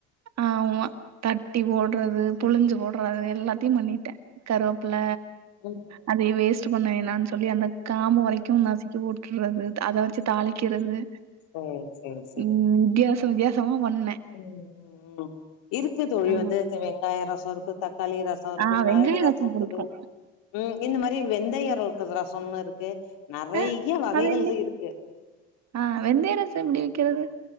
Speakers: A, on the right (about 55°); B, on the left (about 80°).
A: ஆமா தட்டி போட்றது புழுஞ்சு போட்றது எல்லாத்தையு பண்ணிட்ட கருவப்பில
B: ம் ம்.
A: அதே வேஸ்ட் பண்ண வேணானு சொல்லி அந்த காமு வரைக் உ நசிக்கு போட்றது அத வச்சு தாளிக்கிறது
B: சரி சரி
A: ம் வித்தியாச வித்தியாசமா பண்ணெ
B: உம் உம் இருக்கு தோழி
A: ஆ
B: வந்து அந்த வெங்காய ரசம் இருக்கு தக்காளி ரச ரசொ இருக்கு
A: ஆ
B: மிளகு
A: வெங்காய
B: ரசம்
A: புடிக்கு
B: ம் இந்த மாரி வெந்தயர் இருக்குற ரசம்ன்னு இருக்கு நிறைய
A: அ
B: வகைகள்ல
A: அது எப்டி
B: இருக்கு
A: ஆ வெந்தய ரசம் எப்படி வக்கிறது